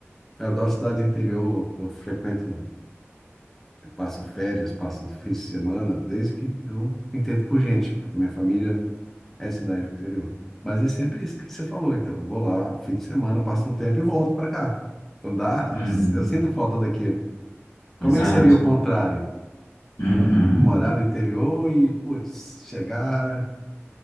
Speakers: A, in the centre; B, on the left (about 75°).
A: eu adoro cidade do interior, eu frequento, eu passo férias, passo fins de semana, desde que eu entendo por gente, porque minha família é de cidade do interior. Mas é sempre isso que você falou, então, eu vou lá, fim de semana, passo um tempo e volto para cá. Então dá,
B: Uhum,
A: eu sinto falta daquilo.
B: Exato.
A: Como é que seria o contrário?
B: Uhum.
A: morar no interior e, putz, chegar.